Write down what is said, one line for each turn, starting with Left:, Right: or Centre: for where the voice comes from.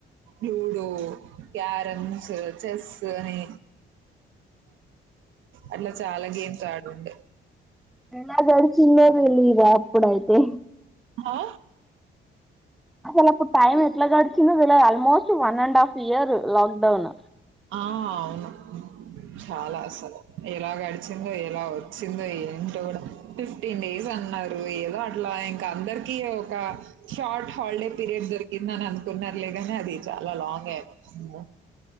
Right: లూడో క్యారమ్స్ చెస్ అని అట్లా చాలా గేమ్స్ ఆడుండే
Centre: ఎలా గాడ్చిందో తెలీదు అప్పుడ్ అయితే
Right: ఆ
Centre: అసల్ అప్పుడ్ టైం ఎట్లా గాడ్చిందో తెల్యాద్ almost one and half year lockdown
Right: ఆ అవును చాలా అసలు ఎలా గడిచిందో ఎలా ఒచ్చిందో ఎంటో కూడ ఫిఫ్టీన్ డేస్ అన్నారు ఏదో అట్లా ఇంకా అందరికి ఒక షార్ట్ హాలిడే పీరియడ్ దొరికిందని అనుకున్నారులేగాని అది చాలా లాంగ్ అయిపోయి అమ్మో